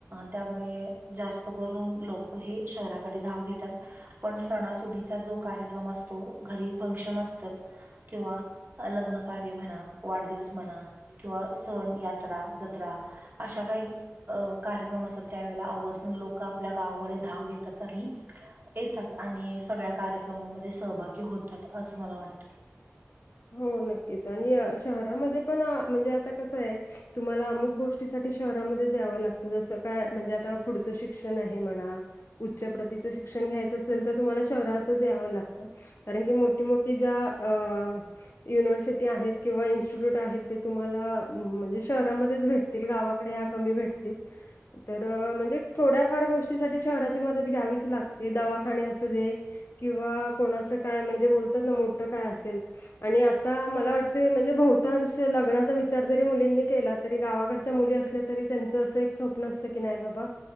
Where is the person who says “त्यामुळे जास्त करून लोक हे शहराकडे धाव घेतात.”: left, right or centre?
Right